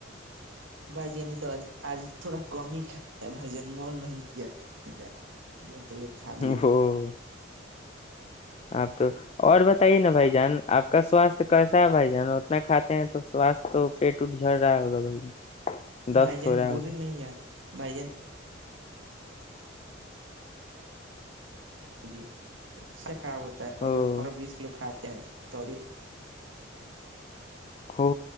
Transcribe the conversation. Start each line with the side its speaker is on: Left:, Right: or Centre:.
Right: بھائی جن نے تو آج تھوڑا کم ہی کھا بھائی جن من نہیں کیا کھانے کا نہیں تو یہ خیال ہے
Left: وہ آپ تو اور بتائیے نا بھائی جان آپ کا سوستھ کیسا ہے بھائی جان اتنا کھاتے ہیں تو سوستھ تو پیٹ اٹ جڑ رہا ہوگا بھائی جان دست
Right: بھائی جان
Left: ہو رہا
Right: بوولے
Left: ہوگا
Right: نہیں ہے بھائی جن ابھی اس سے خراب ہوتا ہے کم
Left: او
Right: سے کم پندرہ بیس کلو کھاتے ہیں تو ابھی
Left: ہو